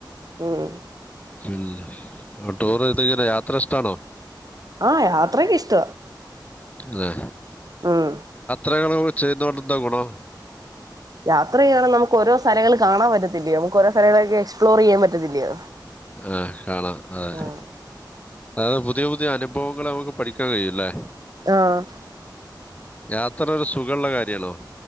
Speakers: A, on the right; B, on the left.
A: മംമം
B: പിന്നെ ടൂറ് ഇത്ങ്ങനെ യാത്ര ഇഷ്ടാണോ
A: ആഹ് യാത്രക്കെ ഇഷ്ട്ട
B: അതെ
A: മം
B: <unintelligible> ചെയ്യതൊണ്ട് എന്താഗുണോം
A: യാത്ര ചെയ്യാ ണെ ങ്കി നമുക്ക് ഓരോ സ്ഥലങ്ങള് കാണൻ പറ്റത്തില്ലയോ നമുക്ക് ഓരോ സ്ഥലങ്ങളൊക്ക എസ്പ്ലോർ ചെയ്യാൻ പറ്റത്തില്ലയോ
B: ആഹ് കാണാം അതെ
A: ആഹ്
B: അതത് പുതിയ പുതിയ അനുഭവങ്ങള് നമ്മക്ക് പഠിക്കാൻ കയൂല്ലേ.
A: ആഹ്.
B: യാത്ര ഒരു സുഖള്ള കാര്യല്ലോ.